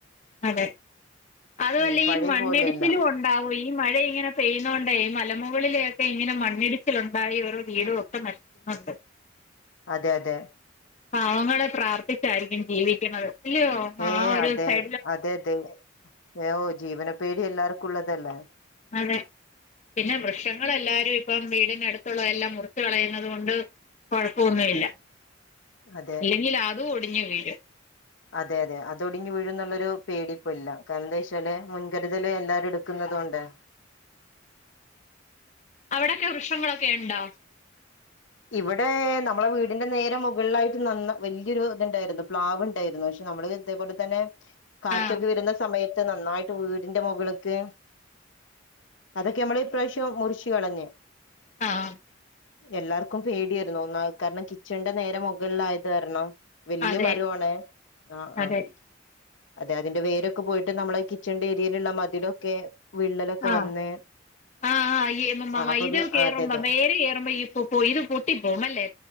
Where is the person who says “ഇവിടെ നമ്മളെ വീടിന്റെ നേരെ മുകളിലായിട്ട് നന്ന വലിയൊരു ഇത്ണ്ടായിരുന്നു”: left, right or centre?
Left